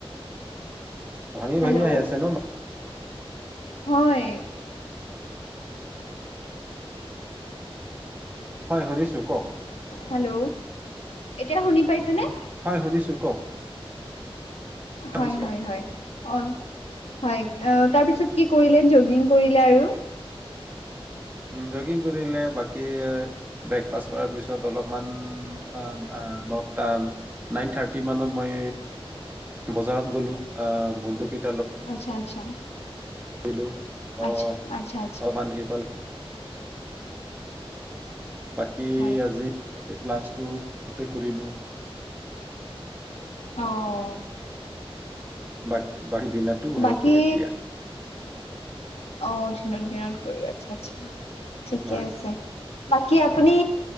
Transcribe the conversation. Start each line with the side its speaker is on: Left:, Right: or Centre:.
Right: ভাঙি
Left: হেল্ল'
Right: ভাঙি আহি আছে ন
Left: হয়
Right: হয় শুনিছোঁ কওক।
Left: হেল্ল' এতিয়া শুনি পাইছেনে?
Right: হয় শুনিছো কওক
Left: হয়
Right: শুনিছো
Left: হয় হয় অ। হয় অ তাৰপিছত কি কৰিলে জগিং কৰিলে আৰু
Right: উম জগিং কৰিলে বাকী ব্ৰেকফাষ্ট কৰাৰ পিছত অলপমান অ অ নট টান নাইন থাৰ্টি মানত মই বজাৰত গলোঁ অ বন্ধু কেইত
Left: আচ্ছা আচ্ছা
Right: দিলোঁ অ
Left: আচ্ছা আচ্ছা আচ্ছা
Right: অলপমান সি পাল বাকী
Left: হয়
Right: আজি লাঞ্চটো তাতে কৰিলোঁ।
Left: অ'
Right: বাক বাকী দিনাৰটো ঘৰত
Left: বাকী
Right: কৰিম এতিয়া।
Left: অ দিনত দিনত কৰি আচ্ছা আচ্ছা ঠিকে
Right: হয়।
Left: আছে। বাকী আপুনি